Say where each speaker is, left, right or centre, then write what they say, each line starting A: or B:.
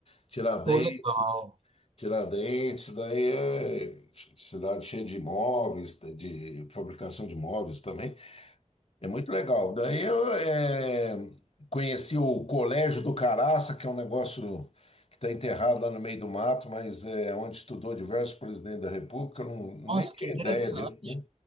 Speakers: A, on the left; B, on the right.
A: Tiradentes,
B: pô, legal.
A: Tiradentes, daí é cidade cheia de imóveis, de fabricação de imóveis também. É muito legal. Daí eu é, conheci o Colégio do Caraça, que é um negócio que está enterrado lá no meio do mato, mas é onde estudou diversos presidentes da República, eu não,
B: Nossa,
A: nem tinha
B: que interessante.
A: ideia disso, né?